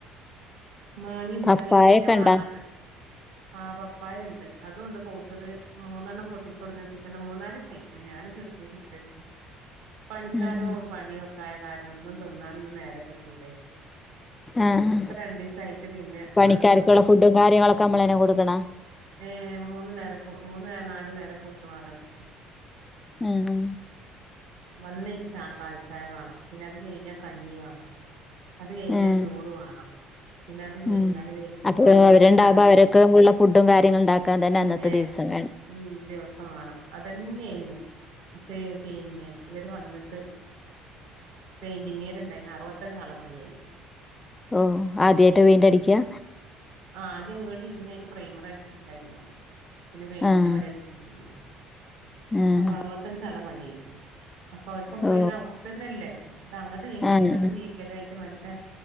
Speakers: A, on the right (about 55°); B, on the left (about 20°).
A: മാങ്ങ ഉണ്ടായിന്
B: പപ്പായൊക്കെണ്ടാ
A: വല്യ മാങ്ങ ഒണ്ട് ആ പപ്പായ ഉണ്ട് അതും ഉണ്ട് മൂത്തത് മൂന്നെണ്ണം പൊട്ടിച്ചു കൊണ്ടൂന്ന് വെച്ചിട്ടുണ്ട് മൂന്നാല് ദിവസം നിൽക്കും ഞാനും <unintelligible> പണിക്കാരും
B: ആഹ്
A: പണിയൊക്കെ ആയ കാരണം ഒന്നും തിന്നാനൊന്നും നേരം കിട്ടൂലേ
B: ആഹ്
A: ഇപ്പൊ രണ്ടീസായിട്ട് പിന്നെ
B: പണിക്കാർക്കുള്ള
A: പണിയൊന്നും
B: ഫുഡും കാര്യങ്ങളൊക്കെ നമ്മള് തന്നെ കൊടുക്കണൊ
A: ഏ മൂന്ന് നേര മൂന്ന് നേ നാലു നേരം ഫുഡ് വേണം അവർക്ക്
B: ആഹ്
A: വന്നേക്ക് ച കാൽച്ചായ വേണം പിന്നെ അത് കഴിഞ്ഞാൽ കഞ്ഞി വേണം അത് കഴിഞ്ഞാ
B: ആഹ്
A: ചോറ് വേണം പിന്നെ അത് കഴിഞ്ഞാല്
B: ആഹ് അപ്പൊ
A: പോണം നേരത്ത്‌
B: അവരുണ്ടാവുമ്പോ
A: ചായി
B: അവരൊക്കെള്ള ഫുഡും കാര്യങ്ങളും ഉണ്ടാക്കാൻ തന്നെ
A: പിന്നെ
B: അന്നത്തെ ദിവസം വേണം
A: ഉം ദിവസം വേണം അത് തന്നെ ആയിന്ന് പി പിന്നെ ഇവര് വന്നിട്ട് പെയിന്റിങ്ങ്കാര് ഇണ്ടായിരുന്നു അറുപത്തഞ്ച് ആളുടെ പണിയായി
B: ഓ ആദ്യവായിട്ട് പെയിന്റ് അടിക്കുവാ
A: ആഹ് ആദ്യം വീട് ഇരുന്നേക്ക് പ്രൈമർ അടിച്ചിട്ടുണ്ടായിരുന്നുള്ളൂ പിന്നെ പെയിന്റിന്റെ
B: ആഹ്
A: പണി എടുത്തിട്ടുണ്ടായിരുന്നില്ല
B: ആഹ്
A: അപ്പൊ അറുപത്തഞ്ച് ആളുടെ പണി ആയിക്കണ് അപ്പൊ അവർക്കൊക്കെ
B: ഓ
A: ഇത് അകത്ത് തന്നെയല്ലേ ഇത് അങ്ങട്ട് നീക്കലും
B: ആഹ്
A: ഇങ്ങട്ട് നീക്കലായി ട്ട് മനുഷ്യൻ